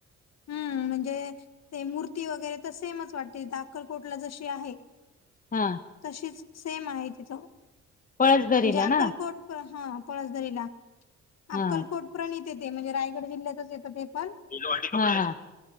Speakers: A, on the left; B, on the left.
A: हं, म्हणजे ते मूर्ती वगरे तर सेमच वाटते. इथे अक्कलकोटला जशी ते आहे.
B: हा
A: तशीच सेम आहे तिथं म्हणजे
B: पळसदरीला
A: अक्कलकोट
B: ना
A: हं हा पळसदरीला.
B: हा
A: अक्कलकोटप्रणितए ते, म्हणजे रायगड जिल्ह्यातच येतं ते पण
B: <inaudible> हा हा